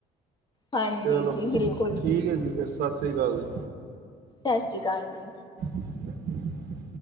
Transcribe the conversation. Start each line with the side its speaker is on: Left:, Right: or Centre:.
Left: ਹਾਂਜੀ
Right: ਚਲੋ
Left: ਜੀ ਬਿਲਕੁਲ
Right: ਠੀਕ ਹੈ ਜੀ ਫਰ ਸਤਿ ਸ਼੍ਰੀ ਅਕਾਲ ਜੀ
Left: ਸਤਿ ਸ੍ਰੀ ਅਕਾਲ ਜੀ
Right: ਹੈਲੋ